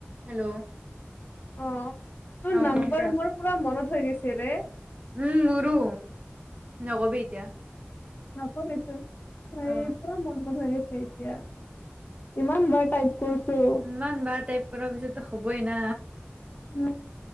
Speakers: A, on the right; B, on the left.
A: Hello.
B: অঁ, তোৰ
A: অ
B: নাম্বাৰ
A: শুনিছা?
B: মোৰ পুৰা মনত হৈ গৈছে ৰে।
A: উম মোৰো। নকবি এতিয়া
B: নকবিচোন, হেৰি
A: অ
B: পুৰা মনটো ভৰি আছে। এতিয়া ইমান বাৰ টাইপ <inaudible>
A: ইমান বাৰ টাইপ কৰাৰ পিছতো হ'বই না
B: উম,